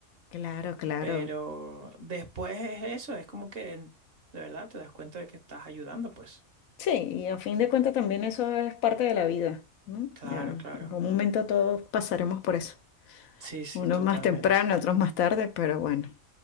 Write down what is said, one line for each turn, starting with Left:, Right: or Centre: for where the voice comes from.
Left: Claro, claro.
Right: Pero después es eso, es como que de verdad te das cuenta de que estás ayudando, pues.
Left: Sí, y a fin de cuentas también eso es parte de la vida, ¿no?
Right: Claro,
Left: Ya,
Right: claro.
Left: en algún momento todos pasaremos por eso.
Right: Sí, sí,
Left: Unos
Right: totalmente.
Left: más temprano, otros más tarde, pero bueno,